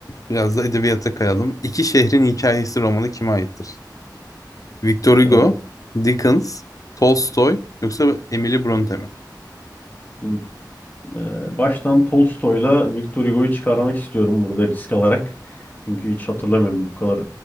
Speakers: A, on the left; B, on the left.
A: biraz da edebiyata kayalım. İki şehrin hikayesi romanı kime aittir? Victor Hugo,
B: Evet.
A: Dickens, Tolstoy yoksa Emily Bronte mi?
B: Şimdi, e, baştan Tolstoy'la Victor Hugo'yu çıkarmak istiyorum burada risk alarak. Çünkü hiç hatırlamıyorum bu kadar.